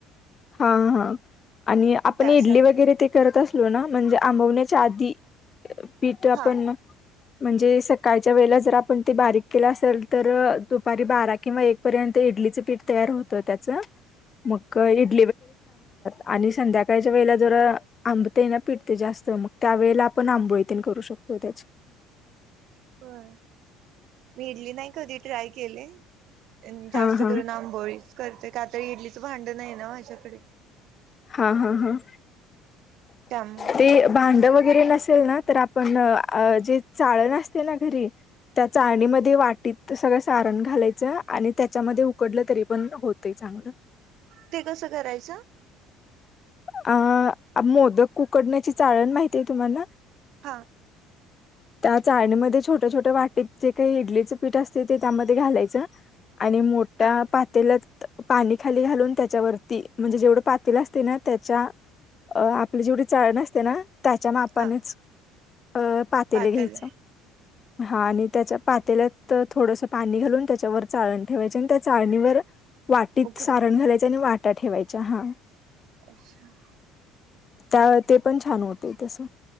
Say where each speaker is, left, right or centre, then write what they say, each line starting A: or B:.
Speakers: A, on the left; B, on the right.
A: हा हा. आणि आपन
B: त्यासाठी
A: इडली वगैरे ते करत अस ना म्हणजे आंबवण्याच्या आधी. पीट आपण
B: हा
A: म्हणजे सकाळच्या वेळेला जर आपण ते बारीक केलं असेल तर, दुपारी बारा किंवा एक पर्यंत इडलीच पीठ तयार होत त्याच. मग इड आणि संध्याकाळच्या वेळेला जर आंबते ना पिट ते जास्त. मग त्या वेळेला आपण आंबोळी तेन करू शकतो त्याच.
B: होय मि इडली नाही कधी ट्राय केले. जास्त
A: हा हा
B: करून आंबोळीच. करतेय का तर इडलीचं भांड नाही ना माझ्याकडे.
A: हा हा हा.
B: त्यामुळ
A: ते भांड व गरे नसेल ना तर आपण न आ जे चाळन असते ना घरी. त्या चाळणी मध्ये वाटीत सगळं सारन घालायचं आणि त्याच्यामध्ये उकडल तरी पण होतय चांगल.
B: ते कसं करायचं?
A: आ मोदक उकडण्याची चाळण माहिती आहे तुम्हाना?
B: हा.
A: त्या चाळणीमध्ये छोट्या छोट्या वाटीत जे काही इडलीच पीठ असतयं ते त्यामध्ये घालायचं. आणि मोठ्या
B: हा
A: पातेल्यात -- पाणी खाली घालून त्याच्यावरती म्हणजे जेवढं पातेल असते ना त्याच्या अ आपली जेवढी चाळण असते ना -- त्याच्या मापानेच
B: हा
A: अ -- पातेलं
B: पातेल
A: घ्यायचं. हा आणि त्याच्या पातेल्यात थोडसं पाणी घालून त्याच्यावर चाळण ठेवायची आणि त्या चाळणीवर -- वाटीत
B: उकडवायचं
A: सारण घालायचं आणि वाटी -- त्यात ठेवायचं हा.
B: अच्छा.
A: त्या ते पण छान होतय तस.